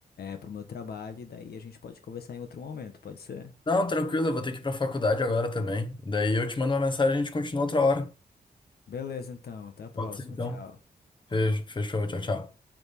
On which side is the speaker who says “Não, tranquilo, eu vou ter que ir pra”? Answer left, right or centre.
Left